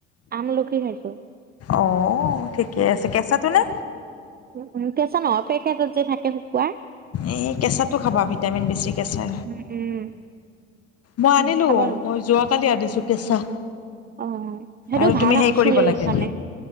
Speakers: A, on the right; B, on the left.
A: আমলখি খাইছো।
B: অ ঠিকে আছে কেচাটো নে।
A: উম উম কেচা নহয় পেকেটত যে থাকে শুকুৱা
B: এই কেঁচাটো খাবা ভিটামিন বেচি কেঁচা।
A: উম উম
B: মই আনিলো
A: উম খাব লাগে।
B: মই যোৱাকালি আনিছো কেঁচা।
A: অ সেইটো
B: আৰু
A: ভাল
B: তুমি
A: আকৌ
B: সেই কৰিব
A: চুলিৰ
B: লাগে
A: কাৰণে